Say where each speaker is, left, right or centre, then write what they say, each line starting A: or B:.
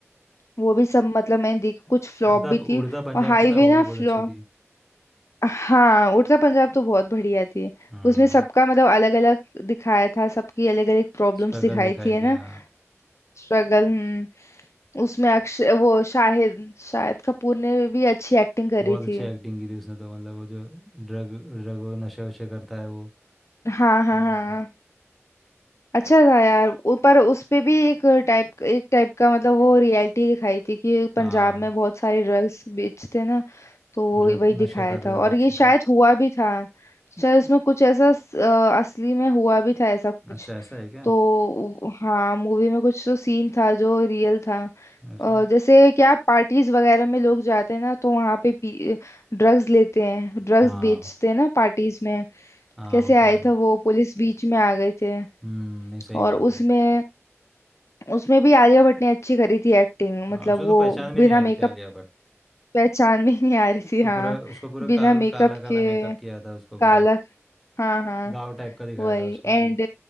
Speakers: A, on the left; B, in the centre.
A: वो भी सब मतलब मैंने देखी कुछ फ्लॉप
B: उड़ता
A: भी थी
B: उड़ता पंजाब
A: और हाईवे
B: थी ना वो
A: ना
B: भी बहुत
A: फ्लॉप
B: अच्छी थी
A: हाँ उड़ता पंजाब तो बहुत बढ़िया थी
B: हम्म
A: उसमें सबका मतलब अलग अलग दिखाया था सबकी अलग अलग प्रॉब्लम्स
B: स्ट्रगल
A: दिखाई
B: दिखाई
A: थी है
B: दिया
A: ना स्ट्रगल हम्म। उसमें अक्षय वो शाहिद शाहिद कपूर ने भी अच्छी एक्टिंग करी
B: बहुत अच्छी
A: थी
B: एक्टिंग की थी उसने तो मतलब वो जो ड्रग ड्रग वो नशे वशे करता है वो
A: हाँ हाँ
B: हम्म।
A: हाँ अच्छा था यार उ- पर उस पे भी एक टाइप एक टाइप का मतलब वो रियलिटी दिखाई थी कि
B: हाँ
A: पंजाब में बहुत सारे ड्रग्स बेचते ना तो वो
B: ड्रग
A: वही दिखाया
B: नशे कर रहे
A: था और
B: बच्चे
A: ये शायद हुआ भी था शायद उसमें कुछ ऐसा स- अ, असली में हुआ भी था ऐसा कुछ
B: अच्छा ऐसा है क्या
A: तो हाँ मूवी में कुछ तो सीन था जो रियल था
B: ऐसा
A: अ, जैसे क्या पार्टीज वगैरह में लोग जाते हैं ना तो वहाँ पे ड्रग्स लेते हैं ड्रग्स
B: हाँ
A: बेचते हैं ना पार्टीज में
B: हाँ
A: कैसे
B: वो तो
A: आए
B: है
A: थे वो पुलिस बीच में आ गए थे
B: हम्म नहीं सही
A: और
B: बात
A: उसमें
B: है
A: उसमें भी आलिया भट्ट ने अच्छी करी थी एक्टिंग
B: हाँ
A: मतलब
B: उसको तो
A: वो
B: पहचान भी
A: बिना
B: नहीं आ रही
A: मेकअप
B: थी आलिया भट्ट
A: पहचान में ही नहीं आ रही थी
B: तो
A: हाँ
B: पूरा उसको पूरा
A: बिना
B: काल
A: मेकअप
B: काला काला
A: के
B: मेकअप किया था उसको पूरा
A: काला हाँ हाँ
B: गाँव टाइप का दिखाया
A: वही
B: था उसको
A: एंड
B: कि